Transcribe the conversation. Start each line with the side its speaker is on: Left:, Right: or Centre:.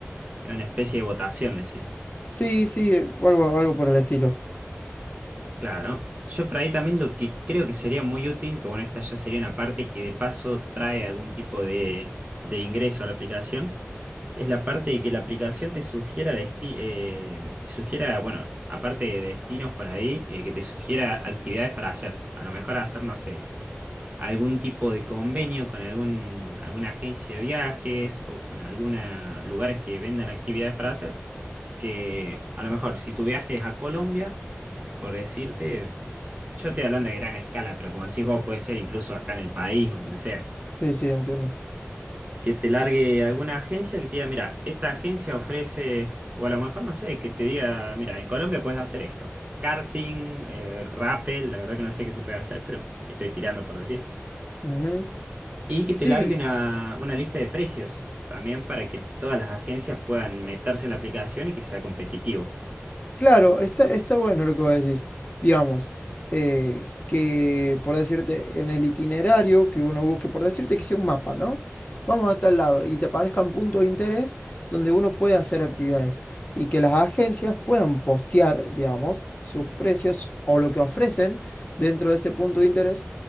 Right: Es una especie de votación, decís.
Left: Sí, sí, eh, algo, algo por el estilo.
Right: Claro. Yo por ahí también lo que creo que sería muy útil, que bueno, esta ya sería una parte que de paso trae algún tipo de, de ingreso a la aplicación, es la parte de que la aplicación te sugiera, desti- eh, te sugiera, bueno, aparte de destinos por ahí, eh, que te sugiera actividades para hacer. A lo mejor hacer, no sé. algún tipo de convenio con algún, alguna agencia de viajes o con alguna lugares que vendan actividades para hacer, que a lo mejor si tu viaje es a Colombia, por decirte, yo estoy hablando de gran escala, pero como decís vos, puede ser incluso acá en el país o donde sea.
Left: Sí, sí, entiendo.
Right: Que te largue alguna agencia que te diga, mira, esta agencia ofrece, o a lo mejor no sé, que te diga, mira, en Colombia puedes hacer esto. Karting, eh, rappel, la verdad que no sé qué se puede hacer, pero estoy tirando por decir.
Left: Ujú.
Right: Y que
Left: Sí,
Right: te largue una, una lista de precios también para que todas las agencias puedan meterse en la aplicación y que sea competitivo.
Left: Claro, está, está bueno lo que vos decís. Digamos, eh, que por decirte, en el itinerario que uno busque, por decirte que sea un mapa, ¿no? Vamos a tal lado y te aparezcan puntos de interés donde uno puede hacer actividades y que las agencias puedan postear, digamos, sus precios o lo que ofrecen dentro de ese punto de interés